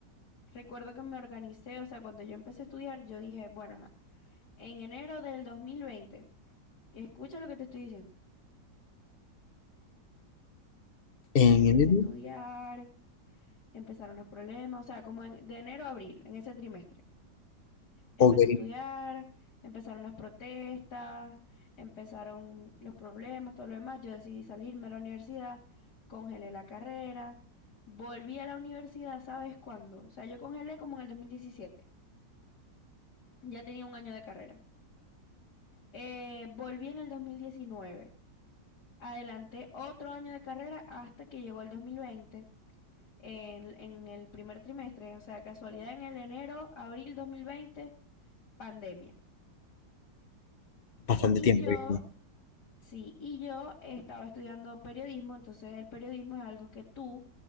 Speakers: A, on the left; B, on the left.
A: Recuerdo que me organicé, o sea, cuando yo empecé a estudiar, yo dije, bueno, ajá, en enero del 2020, escucha lo que te estoy diciendo.
B: ¿En
A: Empecé
B: enero?
A: a estudiar, empezaron los problemas, o sea, como en- de enero a abril, en ese trimestre. Empecé
B: Ok,
A: a estudiar, empezaron las protestas, empezaron los problemas, todo lo demás. Yo decidí salirme a la universidad, congelé la carrera, volví a la universidad, ¿sabes cuándo? O sea, yo congelé como en el dos mil diecisiete ya tenía un año de carrera. Eh, volví en el dos mil diecinueve adelanté otro año de carrera hasta que llegó el 2020 en, en el primer trimestre, o sea, casualidad en el enero, abril dos mil veinte pandemia.
B: bastante
A: Y
B: tiempo.
A: yo,
B: ¿viste?
A: sí, y yo estaba estudiando periodismo, entonces el periodismo es algo que tú